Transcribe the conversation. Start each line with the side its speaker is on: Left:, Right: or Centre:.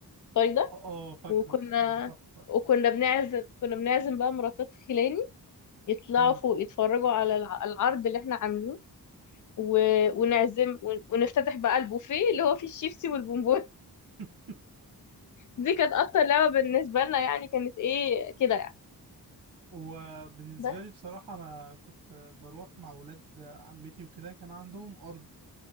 Left: الطري ده
Right: اه آه، فاكره
Left: وكنا
Right: كان تحفة
Left: وكنا بنعزم كنا بنعزم بقى مراتات خلاني يطلعوا
Right: امم
Left: فوق يتفرجوا على الع- العرض اللي احنا عاملينه و... ونعزم ون- ونفتتح بقى البوفيه اللي هو فيه الشيبسي والبونبون <laughs>
Right: <laughs>
Left: دي كانت اكتر لعبة بالنسبة لنا يعني كانت ايه كده يعني
Right: وبالنسبة
Left: بس
Right: لي بصراحة أنا كنت بروح مع ولاد عمتي وكده كان عندهم أرض